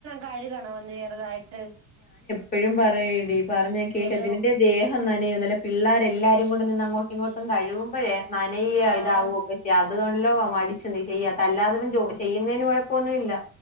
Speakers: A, on the right (about 45°); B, on the left (about 25°).
A: കഴുകണ വന്ന് ചെറുതായിട്ട്.
B: എപ്പഴും പറയടി പറഞ്ഞ കേക്കതി
A: വെള്ളം
B: ഇവൻ്റെ ദേഹം ന നിയതല്ല പിള്ളേരെല്ലാരും കൂടെ നിന്നഅങ്ങോട്ടും ഇങ്ങോട്ടും കഴുകുമ്പഴേ നനയ
A: ആഹ്
B: ഇതാവുവോ പക്ഷെ അത് കൊ ല്ലവ വടിച്ന്തെചെയ്യാട്ട അല്ലാത്തപ ജോ ചെയ്യുന്നെന്കൊഴപ്പൊന്നുംല്ല